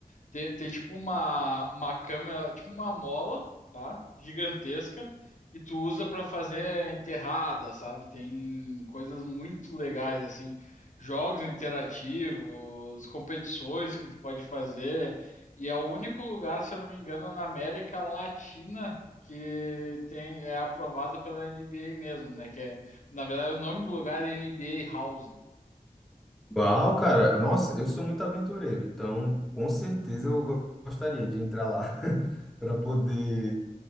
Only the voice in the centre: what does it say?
Uau, cara, nossa, eu sou muito aventureiro, então com certeza eu go- gostaria de entrar lá <laughs> para poder,